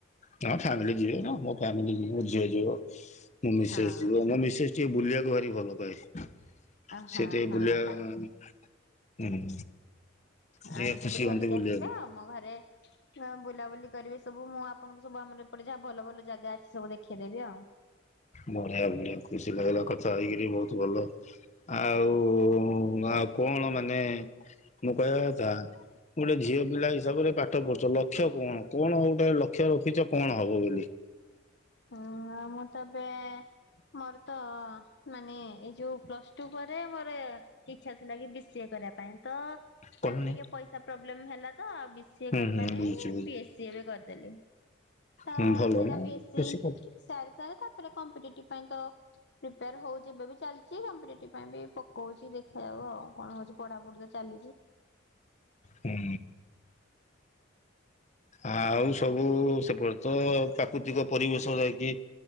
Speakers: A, on the left; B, on the left.
A: ହଁ ଫାମିଲି ଯିବେ ମୋ ମୋ ଫାମିଲ ଯିବ ମୋ ଝିଅ ଯିବ ମୋ ମିସେସ
B: ହଁ
A: ଯିବ ମୋ ମିସେସ ଟିଏ ବୁଲିବାକୁ ଭାରି ଭଲ ପାଏ ସେ
B: ହଁ
A: ଟିକେ
B: ହଁ
A: ବୁଲିବା
B: ତା
A: ହୁଁ। ଟିକେ
B: ଆଣ୍ଟି
A: ଖୁସି
B: କୁ ଧରିକି
A: ହୁଅନ୍ତି ବୁଲିବାକୁ
B: ଆସିବେ ଆଉ ଆମ ଘରେ ହଁ ବୁଲାବୁଲି କରିବେ ସବୁ ମୁଁ ଆପଣଙ୍କୁ ସବୁ ଆମର ଏପଟେ ଯାହା ଭଲ ଭଲ ଜାଗା ଅଛି ସବୁ ଦେଖେଇଦେବି ଆଉ।
A: ବଢିଆ ବଢିଆ ଖୁସି ଲାଗିଲା କଥା ହେଇକିରି ବହୁତ ଭଲ ଆଉ ଆଉ କଣ ମାନେ ମୁଁ କହିବାକଥା। ଗୋଟେ ଝିଅ ପିଲା ହିସାବରେ ପାଠ ପଢୁଛ ଲକ୍ଷ୍ୟ କଣ କଣ ଗୋଟେ ଲକ୍ଷ୍ୟ ରଖିଛ କଣ ହବ ବୋଲି?
B: ହୁଁ ମୁଁ ତ ଏବେ ମୋର ତ ମାନେ ଏଇ ଯୋଉ ପ୍ଲସ ଟୁ ପରେ ମୋର ଏ ଇଛା ଥିଲା କି ବି ସିଏ କରିବା ପାଇଁ ତ ଏମିତି
A: କହୁନି
B: ଟିକେ ପଇସା ପ୍ରୋବ୍ଲେମ ହେଲା ତ ଆଉ ବି ସିଏ
A: ହୁଁ
B: କରି
A: ହୁଁ
B: ପାରିଲିନି
A: ବୁଝୁଛି
B: ବି ଏସ୍ ସି ବି କରିଦେଲି। ତ
A: ହୁଁ ଭଲ
B: ସେଇଟା
A: ନା।
B: ବି ଏସ୍ ସି
A: ଖୁସି
B: <unintelligible>
A: କର।
B: କମ୍ପିଟି ପାଇଁ ତ। ପ୍ରିପେୟାର ହଉଛି ଏବେ ବି ଚାଲିଛି କମ୍ପିେଟିଭ ପାଇଁ ବି ପକଉଛି ଦେଖାଯାଉ ଆଉ କଣ ହଉଛି ପଢାପଢି ତ ଚାଲିଛି।
A: ହୁଁ ଆଉ ସବୁ ସେପଟ ତ ପ୍ରାକୃତିକ ପରିବେଶ ଯାଇକି